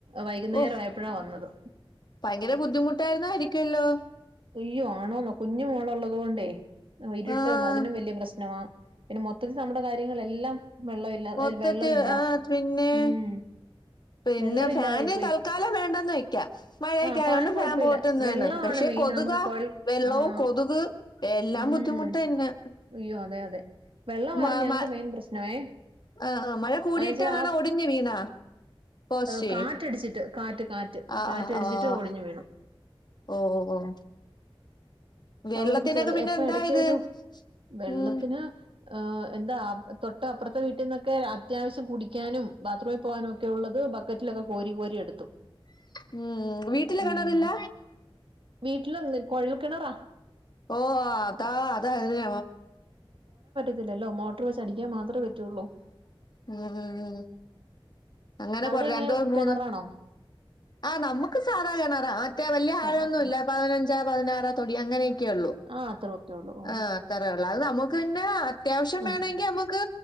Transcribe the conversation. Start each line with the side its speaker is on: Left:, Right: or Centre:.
Right: വൈകുന്നേരായപ്പഴാ
Left: ഓഹ്
Right: വന്നത്
Left: ഭയങ്കര ബുദ്ധിമുട്ട് ആർന്നാരിക്കൊല്ലോ
Right: ഒയ്യോ ആണോന്നോ കുഞ്ഞു മോള് ഉള്ളതോണ്ടേ ഇരുട്ടും
Left: ആഹ്
Right: അതിനും വല്യ പ്രശ്നമാ. പിന്നെ മൊത്തത്തിൽ നമ്മടെ കാര്യങ്ങളിലെല്ലാം വെള്ളവില്ല
Left: മൊത്തത്തി
Right: വെള്ളവില്ല
Left: ആഹ് പിന്നെ
Right: ഉം
Left: പിന്നെ
Right: വെള്ളമില്ലാതായി
Left: ഫാന്
Right: പോയി
Left: തൽക്കാലം വേണ്ടന്ന് വക്കാം മഴയൊക്കെ
Right: ആഹ്
Left: ആയോണ്ട്
Right: കൊഴപ്പയില്ല
Left: ഫാൻ പോട്ടെന്ന്ന്നെ
Right: വെള്ളമാണ്
Left: പക്ഷെ
Right: മെയിൻ
Left: കൊതു-
Right: നമുക്ക്
Left: ക
Right: കൊഴൽ
Left: വെള്ളവും
Right: ആഹ്
Left: കൊതുക് എല്ലാം
Right: ഉം
Left: ബുദ്ധിമുട്ടായ്ന്ന്
Right: അയ്യോ അതെ അതെ വെള്ളമായിരുന്നു
Left: മ്മ് മ്
Right: ഞങ്ങക്ക്
Left: മ
Right: മെയിൻ പ്രശ്നമേ
Left: ആഹ് അഹ് മഴ കൂടിട്ടാണോ
Right: അയച്ച ആ
Left: ഒടിഞ്ഞു വീണ പോസ്റ്റ്‌
Right: ഏ, കാറ്റടിച്ചിട്ട് കാറ്റ് കാറ്റ്
Left: ആഹ്
Right: കാറ്റടിച്ചിട്ട്
Left: അഹ് ആഹ്
Right: ഒടിഞ്ഞു വീണു
Left: ഓഹ് ഓഹ് ഓഹ് വെള്ളത്തിനൊക്കെ
Right: അതോണ്ട് ഇപ്പോ ചെറ്
Left: പിന്നെ
Right: എപ്പോ
Left: എന്താ
Right: എടക്ക്
Left: ഇത്
Right: ഒരു വെള്ളത്തിന്
Left: ഉം
Right: എന്താ ആ ആപ് തൊ തൊട്ട് അപ്പുറത്തെ വീട്ടീനൊക്കെ അത്യാവശ്യം കുടിക്കാനും ബാത്‌റൂമി പോവാനുവോക്കെയുള്ളത് ബക്ക് മറ്റുള്ളതോ കോരി കോരി എടുത്തു
Left: മ്മ്മ് വീട്ടില്
Right: ഉം
Left: കിണറില്ല
Right: വീട്ടില് നിക്ക് കൊഴൽകിണറാ
Left: ഓഹ് ഓഹ് അതാ അതല്ലേ
Right: ല്ലല്ലോ മോട്ടോർ വച്ച് മാത്രം അടിക്കാൻ പറ്റുള്ളൂ
Left: ഉം ഉം അങ്ങനെ
Right: അവിടെ
Left: കൊറേ
Right: എങ്ങനെ
Left: രണ്ടോ മൂന്ന്
Right: കിണറാണോ
Left: ആ നമ്മക്ക് സാധാ കിണറാ അതൊക്കെ വല്യ
Right: സാധാ
Left: അഴൊന്നും
Right: കിണർ
Left: ല്ല പതിനഞ്ചു പതിനറോ തൊടി അങ്ങനോക്കെ ഒള്ളു
Right: ആഹ് അത്രയൊക്കെ ഉള്ളൂ ഓ
Left: ആ അത്രള്ളൂ അത് നമ്മക്ക് പിന്നെ അത്യാവശ്യം
Right: ഉം
Left: നമ്മക്ക് വേണേൽ നമ്മക്ക്